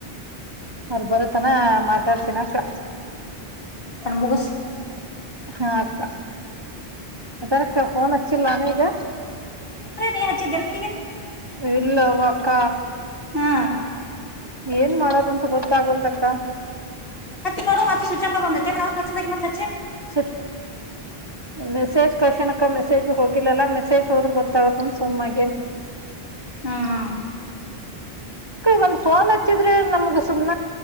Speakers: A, on the right (about 25°); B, on the left (about 65°).
A: ಅವ್ರ ಬರು ತ್ತನ ಮಾತಾಡ್ತಿನಿ ಅಕ್ಕ
B: ಮುಗುಸು
A: ಹಾ ಅಕ್ಕ ಅದಕ್ಕ ಫೋನ್ ಅಚ್ಚಿಲ್ಲ ಈಗ
B: ಏ ಹಚ್ಚಿದೇನಿ
A: ಇಲ್ಲವಕ್ಕ
B: ಹಾ
A: ಏನ್ ಮಾಡದಂತ ಗೊತ್ತಾಗಲ್ದಕ್ಕ
B: ಹಚ್ಚಿ ನೋಡು ಸ್ವಿಚ್ ಆಫ್ <unintelligible> ಅವತ್ ಅಚ್ಬೇಕು ಮತ್ತೆ
A: ಸ, ಮೆಸೇಜ್ ಕಳಿಸಾನಕ್ಕ ಮೆಸೇಜ್ ಹೋಗಿಲ್ಲಲ್ಲ. ಮ ವಿಶೇಷ ಹೋದ್ರ ಗೊತ್ತಾಗತ್ತಂದು ಸುಮ್ಮಾಗಿನಿ.
B: ಹ್ಮ, ಹಾ,,
A: ಒಂದ್ ಫೋನ್ ಹಚ್ಚಿದ್ರೆ ನಮ್ಗ ಸುಮ್ನೆ